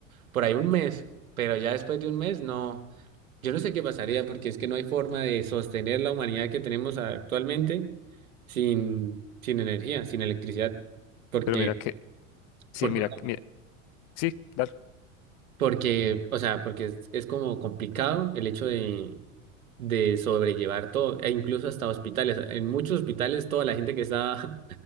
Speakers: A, on the right; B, on the left.
A: por ahí un mes, pero ya después de un mes no, yo no sé qué pasaría porque es que no hay forma de sostener la humanidad que tenemos actualmente sin, sin energía, sin electricidad, porque,
B: pero mira que, sí,
A: porque,
B: mira, mira, sí, dale,
A: porque, o sea, porque es, es como complicado el hecho de... de sobrellevar todo, e incluso hasta hospitales. En muchos hospitales toda la gente que está